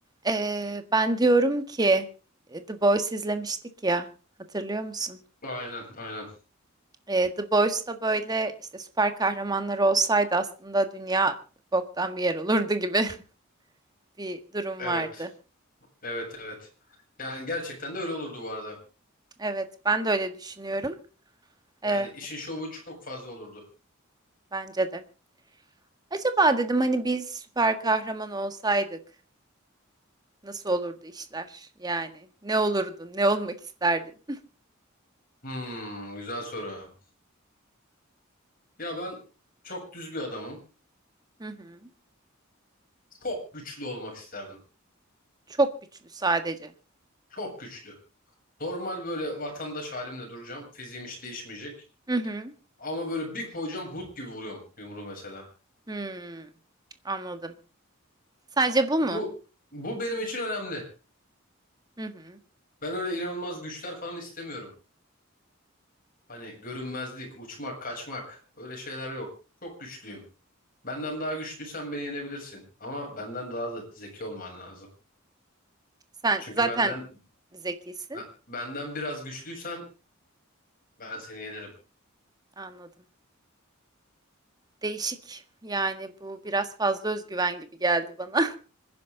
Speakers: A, on the right (about 20°); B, on the left (about 45°).
A: Ee, ben diyorum ki e, The Boys izlemiştik ya hatırlıyor musun?
B: Aynen, aynen.
A: Ee, The Boys'ta böyle işte süper kahramanlar olsaydı aslında dünya boktan bir yer olurdu gibi <laughs> bir durum
B: Evet,
A: vardı.
B: evet, evet. Yani gerçekten de öyle olurdu bu arada.
A: Evet ben de öyle düşünüyorum.
B: Yani
A: Ee,
B: işin şovu çok fazla olurdu.
A: bence de. Acaba dedim hani biz süper kahraman olsaydık nasıl olurdu işler? Yani ne olurdun? Ne olmak isterdin?
B: Hmm, güzel soru. Ya ben çok düz bir adamım.
A: <laughs> Hı hı.
B: Çok güçlü olmak isterdim.
A: Çok güçlü sadece.
B: Çok güçlü. Normal böyle vatandaş halimle duracağım. Fiziğim hiç değişmeyecek.
A: Hı hı.
B: Ama böyle bir koyacağım Hulk gibi vuruyorum yumruğu mesela.
A: Hmm, anladım. Sadece bu
B: Bu
A: mu?
B: bu benim için önemli.
A: Hı hı.
B: Ben öyle inanılmaz güçler falan istemiyorum. Hani görünmezlik, uçmak, kaçmak öyle şeyler yok. Çok güçlüyüm. Benden daha güçlüysen beni yenebilirsin. Ama benden daha da zeki olman lazım.
A: Sen
B: Çünkü
A: zaten
B: benden
A: zekisin.
B: ben- benden biraz güçlüysen ben seni yenerim.
A: Anladım. Değişik. Yani bu biraz fazla özgüven gibi geldi bana.